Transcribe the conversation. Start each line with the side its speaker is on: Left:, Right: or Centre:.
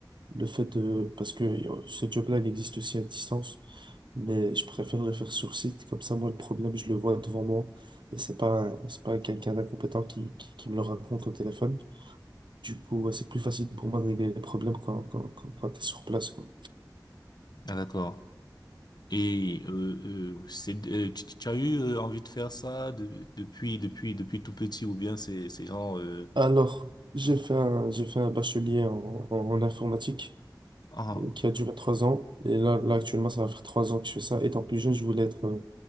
Right: Le fait de, parce que euh, ce job-là, il existe aussi à distance. mais je préférerais faire sur site. Comme ça, moi, le problème, je le vois devant moi. Et c'est pas, un- c'est pas quelqu'un d'incompétent qui, qui, qui me le raconte au téléphone. Du coup, ouais, c'est plus facile pour moi de régler les problèmes quand, quand, quand, quand t'es sur place, quoi.
Left: Ah, d'accord. Et euh, euh, c'est, euh, tu, tu as eu euh, envie de faire ça de- depuis depuis depuis tout petit ou bien c'est c'est genre euh,
Right: Alors, j'ai fait un, j'ai fait un bachelier en, en, en informatique
Left: ah
Right: euh, qui a duré trois ans. Et là, là, actuellement, ça va faire trois ans que je fais ça. Étant plus jeune, je voulais être, euh,